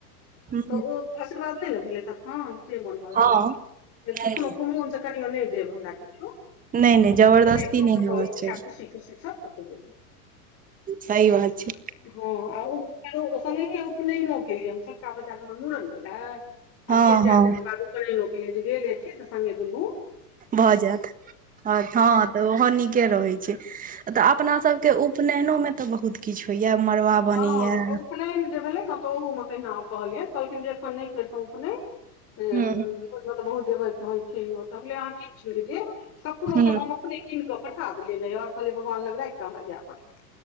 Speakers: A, on the right; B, on the left.
A: ह
B: तऽ ओ आशीर्वाद नय ने भेलै तखन। से मोनमे लागल
A: हँ
B: जे
A: नहि
B: कखनो कुमोन से कनियो नइ देब हमरा किच्छो।
A: नहि नहि जबरदस्ती
B: जतबे दऽ
A: नहि
B: से
A: हेबाक
B: इच्छा
A: चाही
B: खुशी खुशी सब ततबे देबय।
A: सही बात छै।
B: हँ आ उ संगैहो उपनयनो केलियै हम छोटका बच्चाके हमर मूड़न भेलै आ
A: हँ
B: दुइये चाइर
A: हँ
B: दिनके बादक उपनैनो केलियै जे गेले छी तऽ संगे दुनू
A: भऽ जायत हँ तऽ ओहो नीके रहै छै तऽ अपना सभ के उपनैनोमे तऽ बहुत किछु होइये मड़बा
B: हँ
A: बनै या।
B: तऽ उपनयन मे जे भेलै ने त ओहू मे तहिना हम कहलियैन कहलखिन जे एखन नहि करितहुँ उपनैन अ अ ओइमे
A: हूँ
B: तऽ बहुत देबय के होइ छै ओ तऽ हम कहलियै अहाँ किछ नै देब कपड़ो
A: हूँ
B: सब
A: ह
B: हम अपने कीन कऽ पठा देलियै नैहर कहलियै भगवान लग राखि कऽ हमरा येएह पठा